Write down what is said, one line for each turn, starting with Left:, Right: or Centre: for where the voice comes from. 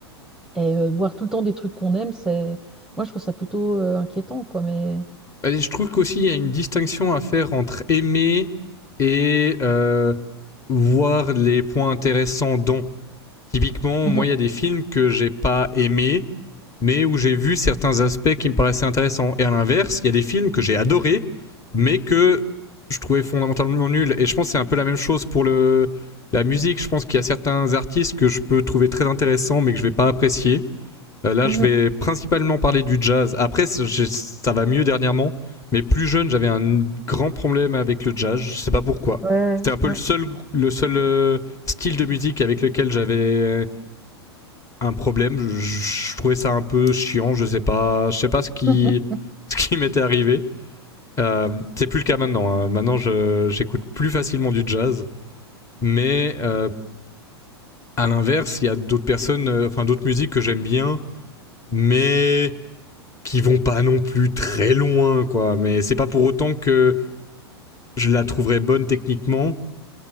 Centre: et euh, voir tout le temps des trucs qu'on aime, c'est moi je trouve ça plutôt euh, inquiétant quoi mais
Left: je trouve qu'aussi il y a une distinction à faire entre aimer et euh, voir les points intéressants dans. Typiquement,
Centre: Mhm,
Left: moi, il y a des films que j'ai pas aimés, mais où j'ai vu certains aspects qui me paraissaient intéressants. Et à l'inverse, il y a des films que j'ai adorés, mais que je trouvais fondamentalement nuls. Et je pense que c'est un peu la même chose pour le, la musique. Je pense qu'il y a certains artistes que je peux trouver très intéressants, mais que je vais pas apprécier. Euh, là,
Centre: mhm.
Left: je vais principalement parler du jazz. Après, ça va mieux dernièrement. Mais plus jeune, j'avais un grand problème avec le jazz. Je sais pas pourquoi.
Centre: ouais
Left: C'était un peu
Centre: ouais
Left: le seul, le seul euh, style de musique avec lequel j'avais euh, un problème. Je, je- je trouvais ça un peu chiant. Je sais pas, je sais pas ce qui,
Centre: <laughs>
Left: <laughs> ce qui m'était arrivé. Euh, c'est plus le cas maintenant. hein. Maintenant, je- j'écoute plus facilement du jazz. Mais euh, à l'inverse, il y a d'autres personnes, euh, enfin d'autres musiques que j'aime bien, mais qui vont pas non plus très loin, quoi. Mais c'est pas pour autant que je la trouverais bonne techniquement